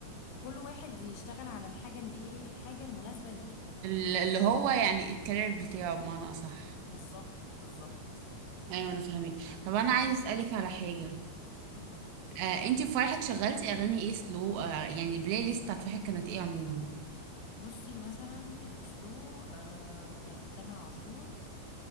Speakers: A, on the left; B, on the right.
A: وكل واحد يشتغل على الحاجه اللي ايه الحاجه المناسبه ليه
B: اللي هو يعني الكارير بتاعه بمعنى اصح
A: بالظبط بالظبط
B: ايوه انا فاهمك طب انا عايز اسالك على حاجه
A: اتفضلي
B: آه انتي في فرحك شغلتي اغاني ايه سلو آه يعني البلاي ليست بتاعت فرحك كانت ايه عموما
A: بصي مثلا السلو آه كانت تامر عاشور